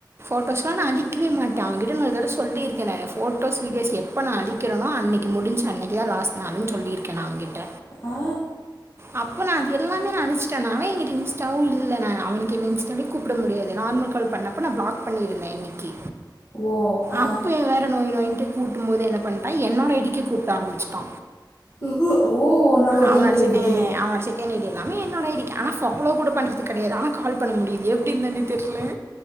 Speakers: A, on the right; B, on the left.
A: ஃபஸ்ட்டு ஒன் அழி இருக்கவே மாட்டே அவேங்கிட்ட நா ஒரு தடவ சொல்லிருக்கே நானு போட்டோஸ் வீடியோஸ் எப்ப நா எப்ப நா அழிக்கிறேனோ அன்னைக்கி முடிஞ்சு அன்னைக்கி தா லாஸ்ட் னாலு சொல்லிருக்கே நா அவகிட்ட
B: ஆ
A: அப் இப்ப நா அங் எல்லாமே நா அழிச்சிட்டே நா அதா என்கிட்ட இன்ஸாடவு இல்ல நானு அவனுக்கு என்ன இன்ஸ்டாலயு கூப்ட முடியாது நார்மல் கால் பண்ணப் இப்ப நா பிளாக் பண்ணிருந்தே இன்னைக்கி
B: ஓ ஆ
A: அப்பயு வேற நொய் நொயின்ட்டு கூட்டு போது என்ன பண்ட்டா என்னோட ஐ டி க்கு கூப்ட ஆரம்பிச்சுட்டா
B: உஹு, ஓ உன்னோட ஒரிஜினல்
A: அவன அடிச்சு
B: ஐடிக்கு
A: ஹ அவன அடிச்ச எனக் எல்லாமே என்னோட ஐ டி க்கு ஆனா ஃபாலோ கூட பண்றது கெடையாது ஆனா கால் பண்ண முடியுது எப்டின்னு தானே தெர்ல